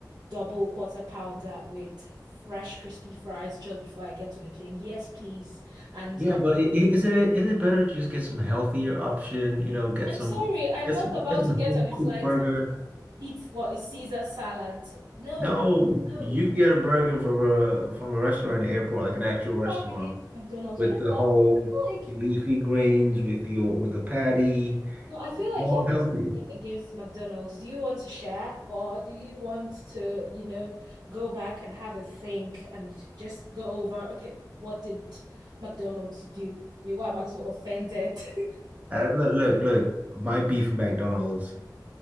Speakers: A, on the right; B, on the right.
A: double quarter pounder with fresh, crispy fries just before I get on the plane. Yes, please. And
B: Yeah,
A: my,
B: but i- i- is it is it better to just get some healthier option? You know, get
A: I'm
B: some
A: sorry, I'm
B: get
A: not
B: some
A: about
B: get some
A: to get
B: home
A: on a flight
B: cooked burger.
A: and eat what a Caesar salad. No,
B: No,
A: no.
B: you can get a burger from a from a restaurant at the airport, like an
A: What
B: actual
A: do you
B: restaurant,
A: have against McDonald's?
B: with
A: You know
B: the
A: what?
B: whole
A: I like
B: leafy greens, with your with a patty,
A: No, I feel like
B: all
A: you
B: healthy.
A: have something against McDonald's. Do you want to share, or do you want to, you know, go back and have a think and just go over, okay, what did McDonald's do? to me? Why am I so offended? <laughs>
B: Uh, look, look, look. My beef with McDonald's.